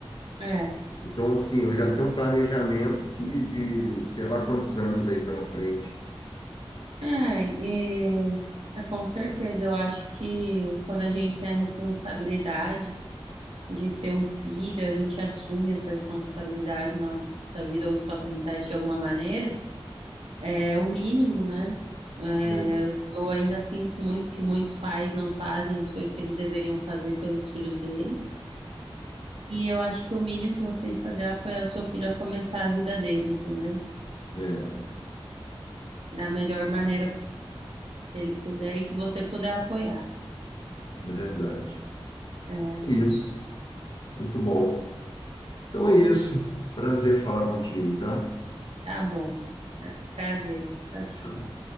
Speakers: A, on the right (about 85°); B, on the left (about 55°).
A: é.
B: Então, assim, eu já tenho um planejamento que de sei lá quantos anos aí pela frente.
A: É, e é, com certeza, eu acho que quando a gente tem a responsabilidade de ter um filho, a gente assume essa responsabilidade na nossa vida, ou isso acontece de alguma maneira, é o mínimo, né? É,
B: É,
A: eu, eu ainda sinto muito que muitos pais não fazem as coisas que eles deveriam fazer pelos filhos deles, e eu acho que o mínimo que você tem que fazer é apoiar o seu filho a começar a vida dele, entendeu?
B: é, é,
A: Da melhor maneira que ele puder e que você puder apoiar.
B: é verdade.
A: É,
B: Isso. Muito bom. Então é isso. Prazer falar contigo, tá?
A: tá bom. Prazer. Tchau, tchau.
B: Tchau.